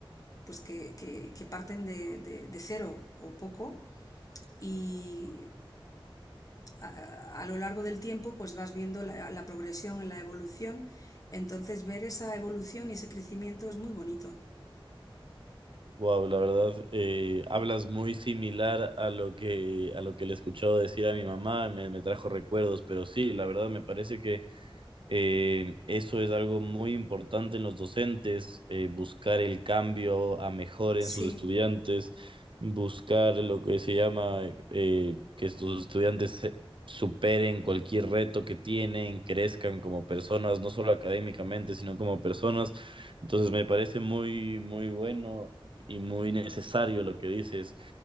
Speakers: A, on the left; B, on the right.
A: pues que, que- que parten de, de- de cero o poco y a, a, lo largo del tiempo pues vas viendo la, la progresión, en la evolución. Entonces ver esa evolución y ese crecimiento es muy bonito.
B: Wow, la verdad, eh, hablas muy similar a lo que a lo que le he escuchado decir a mi mamá, me, me trajo recuerdos, pero sí, la verdad me parece que Eh, eso es algo muy importante en los docentes, eh, buscar el cambio a mejor en
A: Sí,
B: sus estudiantes, buscar lo que se llama eh, que sus estudiantes se- superen cualquier reto que tienen, crezcan como personas, no solo académicamente, sino como personas. Entonces me parece muy, muy bueno y muy necesario lo que dices.